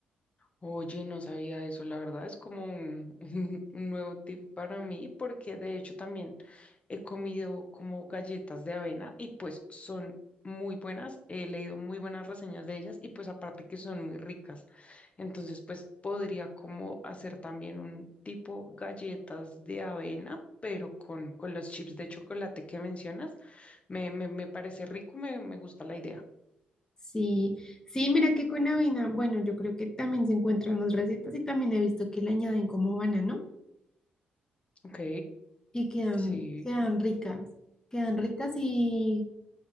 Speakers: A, on the left (about 35°); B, on the left (about 20°).
A: Oye, no sabía eso, la verdad es como un, <laughs> un nuevo tip para mí porque de hecho también he comido como galletas de avena y pues son muy buenas, he leído muy buenas reseñas de ellas y pues aparte que son muy ricas, entonces pues podría como hacer también un tipo galletas de avena, pero con, con los chips de chocolate que mencionas, me, me, me parece rico, me, me gusta la idea.
B: Sí, sí, mira que con avena, bueno, yo creo que también se encuentran más recetas y también he visto que le añaden como banano
A: Ok,
B: y quedan,
A: sí.
B: quedan ricas. Quedan ricas y